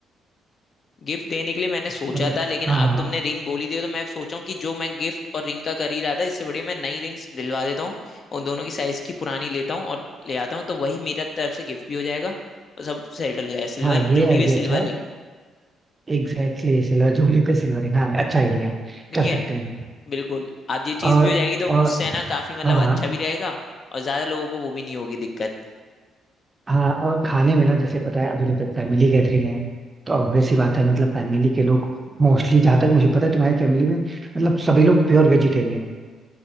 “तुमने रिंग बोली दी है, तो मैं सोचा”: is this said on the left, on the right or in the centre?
Left